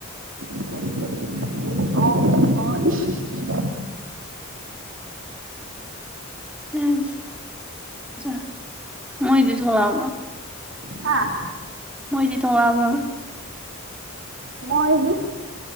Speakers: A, on the right; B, in the centre.
A: ꯑ ꯑ
B: ꯎꯝ <unintelligible> <inaudible> ꯃꯣꯏꯗꯤ ꯊꯂꯕ
A: ꯍꯥꯥ
B: ꯃꯣꯏꯗꯤ ꯊꯣꯂꯕꯕꯥ
A: ꯃꯣꯏꯅꯦ